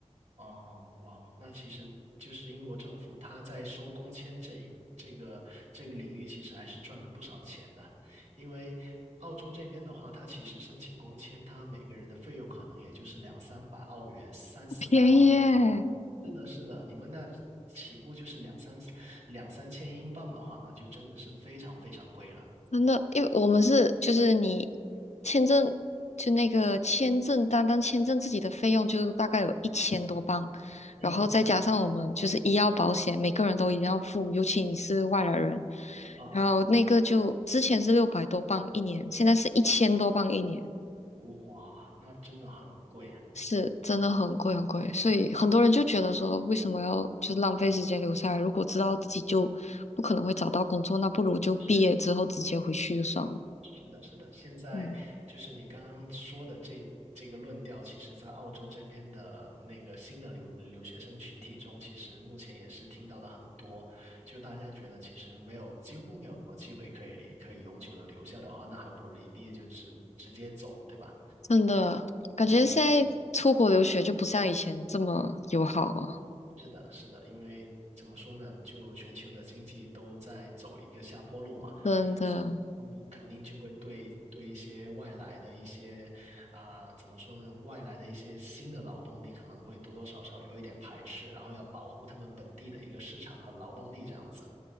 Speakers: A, on the right; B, on the left.
A: 哦，哇，那其实就是英国政府他在收工签这一这个这个领域，其实还是赚了不少钱的。因为澳洲这边的话，它其实申请工签，它每个人的费用可能也就是两三百澳元、三四百澳元这样。
B: 便宜耶，
A: 是的，是的，你们那起步就是两三两三千英镑的话，那就真的是非常非常贵了。
B: 真的，因为我们是就是你签证就那个签证，单单签证自己的费用就大概有一千多镑，
A: 嗯
B: 然后再加上我们就是医药保险，每个人都一定要付，尤其你是外来人，
A: 啊，
B: 然后那个就之前是六百多镑一年，现在是一千多镑一年，
A: 哇，那真的很贵啊。
B: 是真的很贵很贵，所以很多人就觉得说，为什么要就是浪费时间留下来？如果知道自己就不可能会找到工作，那不如就毕业之后直接回去就算了。
A: 是。是的，是的，现在就是你刚刚说的这这个论调，
B: 嗯。
A: 其实在澳洲这边的那个新的留留学生群体中，其实目前也是听到的很多。就大家觉得其实没有，几乎没有什么机会可以可以永久的留下的话，那还不如一毕业就直直接走，对吧？
B: 真的，感觉现在出国留学就不像以前这么友好了，
A: 嗯。是的，是的，因为怎么说呢，就全球的经济都在走一个下坡路嘛，
B: 真的，
A: 所以他们肯定就会对对一些外来的一些啊、怎么说呢，外来的一些新的劳动力可能会多多少少有一点排斥，然后要保护他们本地的一个市场和劳动力这样子。